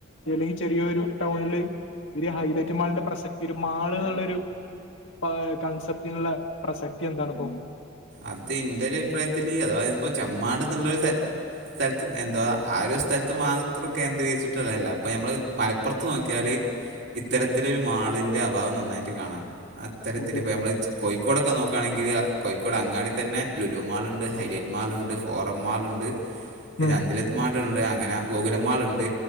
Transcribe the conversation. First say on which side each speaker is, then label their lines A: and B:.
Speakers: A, on the left (about 70°); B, on the right (about 60°).
A: അല്ലെങ്കിൽ ചെറിയൊരു ടൗണില് ഒരു ഹൈലൈറ്റ് മാളിന്റെ പ്രസക്തി മാള് ന്ന്ള്ളൊരു ഏ കൺസെപ്റ്റിനുള്ള പ്രസക്തി എന്താണ്പ്പോ?
B: അത് ഇന്റോര് അഭിപ്രായത്തില് അതവാഇത്പ്പോ ചെമ്മാട് എന്നുള്ളൊര് സ്ഥല എന്താ ആ ഒര് സ്ഥലത്ത് മാത്രം കേന്ദ്രീകരിച്ചിട്ട്ള്ളതല്ല അപ്പോൾ നമ്മൾ മലപ്പൊറത്ത് പ്പൊറത്ത് നോക്ക്യാല് ഇ ഇത്തരത്തിലൊരു മാളിൻ്റെ അഭാവം നന്നായിട്ട് കാണാ അത്തരത്തില്
A: മറ്റേ
B: ഇപ്പോൾ നമ്മത് ചി കോഴിക്കോടൊക്കെ നോക്കാണെങ്കില് കോഴിക്കോട് അങ്ങാടിത്തന്നെ ലുലു മാള്ണ്ട്, ഹൈലൈറ്റ് മാള്ണ്ട് ഫോറം മാള്ണ്ട്,
A: ഉം
B: നന്ദിലത്ത് മാള്ണ്ട്, അങ്ങനെ ഗോകുലം മാള്ണ്ട്